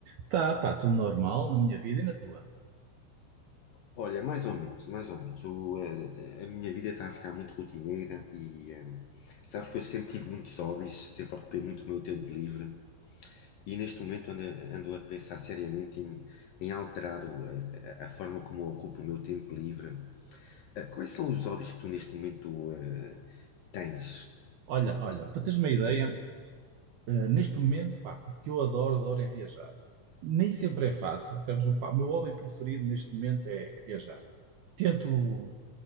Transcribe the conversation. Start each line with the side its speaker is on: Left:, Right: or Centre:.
Right: tá, pá, tudo normal na minha vida e na tua.
Left: Olha, mais ou menos, mais ou menos. O, eh, a, minha vida está a ficar muito rotineira e eh, sabes que eu sempre tive muitos hobbies, sempre ocupei muito o meu tempo livre e neste momento ando, ando a pensar seriamente em, em alterar o, eh, a, forma como eu ocupo o meu tempo livre. Eh, quais são os hobbies que tu neste momento eh, tens?
Right: Olha, olha, para teres uma ideia, eh, neste momento, pá, o que eu adoro, adoro é viajar. Nem sempre é fácil. Temos, pá, o meu hobby preferido neste momento é viajar. Tento,